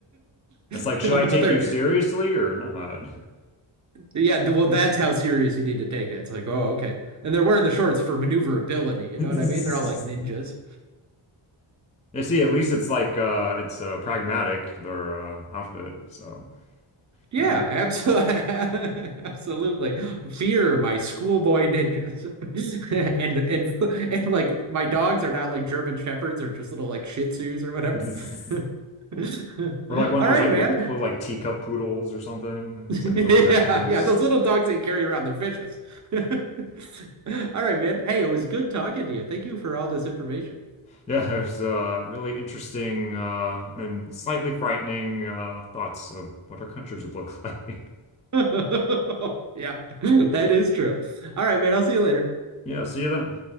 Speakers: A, on the right; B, on the left.
A: <laughs>
B: like, should
A: but
B: I take
A: they're
B: you seriously or not?
A: yeah, th- well, that's how serious you need to take it. It's like, oh, okay. And they're wearing the shorts for maneuverability. You
B: <laughs>
A: know what I mean? They're all like ninjas.
B: You see, at least it's like uh it's uh pragmatic their uh outfit. So,
A: Yeah,
B: yeah.
A: absolutely. <laughs> Absolutely. Fear my schoolboy ninjas. <laughs> And and and like my dogs are not like German shepherds or just little like Shih Tzus or whatever.
B: <laughs>
A: <laughs>
B: Or like one of
A: All
B: those
A: right,
B: like
A: man.
B: little like
A: <laughs>
B: teacup poodles or something. Those
A: Yeah,
B: like really tiny ones.
A: yeah, those little dogs that you carry around, they're vicious. <laughs> All right, man. Hey, it was good talking to you. Thank you for all this information.
B: Yeah, <laughs> there's uh, really interesting uh, and slightly frightening uh, thoughts of what our countries would look <laughs> like.
A: <laughs> Yeah, <laughs> that is true. All right, man. I'll see you later.
B: Yeah, see you then.